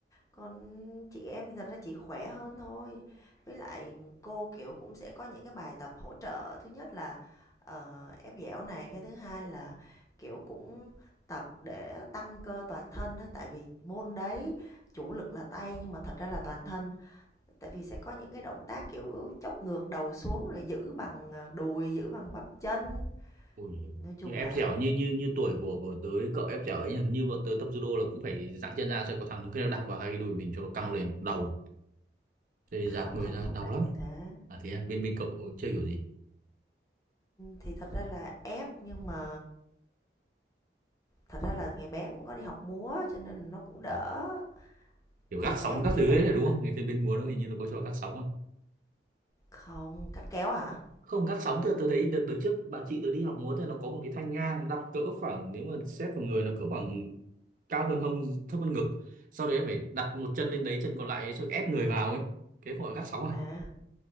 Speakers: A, on the left; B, on the right.
A: Còn chị em thì thật ra chỉ khỏe hơn thôi. Với lại cô, kiểu, cũng sẽ có những cái bài tập hỗ trợ, thứ nhất là, ờ, ép dẻo này, cái thứ hai là, kiểu, cũng tập để tăng cơ toàn thân đó tại vì môn đấy chủ lực là tay nhưng mà thật ra là toàn thân. Tại vì sẽ có những cái động tác, kiểu, chốc ngược đầu xuống rồi giữ bằng, ờ, đùi, giữ bằng bắp chân.
B: Ui,
A: Nói chung
B: như ép
A: là
B: dẻo như như như tuổi của của tớ cậu ép dẻo ấy hình như bọn tớ tập judo là cũng phải dạng chân ra cho có thằng đứng kia nó đạp vào hai cái đùi mình cho nó căng lên đầu thế
A: không
B: dạt người
A: không
B: ra
A: không
B: đau
A: đạt
B: lắm
A: như thế.
B: à thế à, bên bên cậu chơi kiểu gì
A: thì thật ra là ép nhưng mà thật ra là ngày bé cũng có đi học múa cho nên nó cũng đỡ
B: à, kiểu gác
A: thì ép
B: sóng các
A: thì
B: thứ
A: thật
B: ấy là
A: ra
B: đúng
A: là
B: không thế bên múa nó hình như nó có cho gác sóng à
A: không cắt kéo hả
B: không gác sóng thì tớ thấy đợt đợt trước bà chị tớ đi học múa thì nó có một cái thanh ngang đặt cỡ khoảng nếu mà xét vào người nó cỡ khoảng cao hơn hông thấp hơn ngực sau đấy phải đặt một chân lên đấy chân còn lại ấy, cho ép người vào ấy cái gọi là gác sóng à
A: à